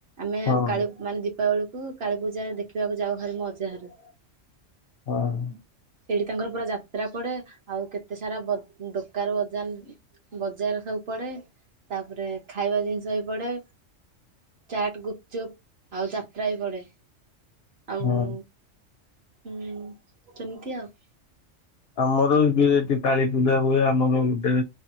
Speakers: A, on the right; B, on the left.
A: ଆମେ
B: ହଁ।
A: କାଳୀ ମାନେ ଦୀପାବଳି କୁ କାଳୀ ପୂଜା ଦେଖିବାକୁ ଯାଉ ଭାରି ମୋ ଅଜା ଘର
B: ଅହଁ।
A: ସେଇଠି ତାଙ୍କର ପୁରା ଯାତ୍ରା ପଡ଼େ ଆଉ କେତେ ସାରା ବ ଦୋକାର ବଜାନ ବଜାର ସବୁ ପଡ଼େ ତାପରେ ଖାଇବା ଜିନିଷ ବି ପଡ଼େ ଚାଟ, ଗୁପଚୁପ ଆଉ ଯାତ୍ରା ବି ପଡେ ଆଉ
B: ହଁ
A: ହୁଁ ସେମିତି ଆଉ।
B: ଆମର ବି ଏଠି କାଳୀପୂଜା ହୁଏ ଆମର ଗୋଟେ